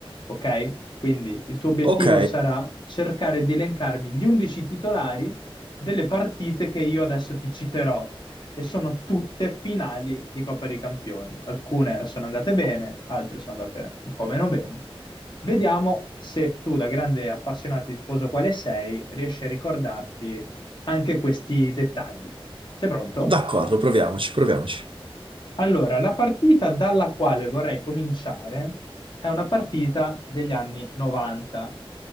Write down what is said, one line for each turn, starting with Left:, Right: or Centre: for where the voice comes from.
Left: Ok? Quindi il tuo obiettivo
Right: Ok,
Left: sarà cercare di elencarmi gli 11 titolari delle partite che io adesso ti citerò e sono tutte finali di Coppa dei Campioni. Alcune sono andate bene, altre sono andate un po' meno bene. Vediamo se tu, da grande appassionato e tifoso quale sei, riesci a ricordarti anche questi dettagli. Sei pronto?
Right: d'accordo, proviamoci, proviamoci.
Left: Allora, la partita dalla quale vorrei cominciare è una partita degli anni 90